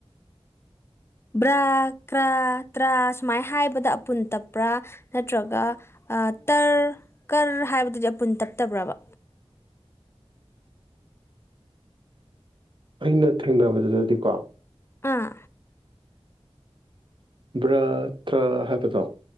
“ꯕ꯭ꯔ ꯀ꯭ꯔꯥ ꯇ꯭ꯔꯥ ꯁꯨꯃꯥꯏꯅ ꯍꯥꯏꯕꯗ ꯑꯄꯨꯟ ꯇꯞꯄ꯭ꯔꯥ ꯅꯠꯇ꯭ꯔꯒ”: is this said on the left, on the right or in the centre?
Left